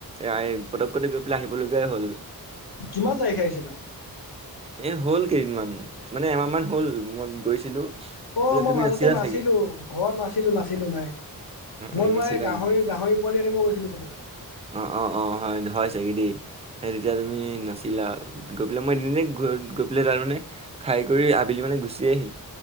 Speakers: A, on the right; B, on the left.
A: এ'পটকট গৈ পেলাই আহিবলগাই হ'ল।
B: কিমান তাৰিখে আহিছিলা?
A: এ হ'ল কেইদিনমান, মানে এমাহমান হ'ল মই গৈছিলো।
B: অ'
A: বোলে
B: মই
A: তুমি
B: মাজতে
A: নাছিলা
B: নাছিলো
A: চাগে
B: ঘৰত নাছিলো
A: অ
B: নাছিলো নাই। মই
A: অ নাছিলা
B: মানে এই গাহৰি
A: তুমি
B: গাহৰি পোৱালি আনিব গৈছিলোঁ তোমাৰ।
A: অঁ অঁ অঁ হয় হয় চাগে দেই। সেই তেতিয়া তুমি নাছিলা, গৈ পেলাই মই এনেই। গৈ পেলাই তাৰমানে খাই কৰি আবেলি মানে গুচি আহিলোঁ।